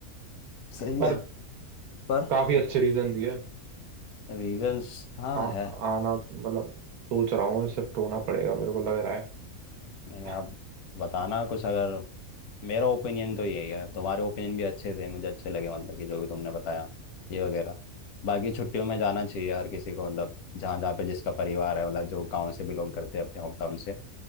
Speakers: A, on the left; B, on the right.
A: सही
B: पर
A: है पर क्या?
B: काफी अच्छे रीजन दिए
A: रीजंस हाँ
B: आ,
A: है
B: आना मतलब सोच रहा हूँ शिफ्ट होना पड़ेगा मेरे को लग रहा है
A: नहीं आप
B: <laughs>
A: बताना कुछ अगर मेरा ओपिनियन तो यही है तुम्हारे ओपिनियन भी अच्छे थे मुझे अच्छे लगे मतलब कि जो भी तुमने बताया ये वगैरह बाकी छुट्टियों में जाना चाहिए हर किसी को मतलब जहाँ जहाँ पे जिसका परिवार है मतलब जो गांव से बिलोंग करते हैं अपने होम टाउन से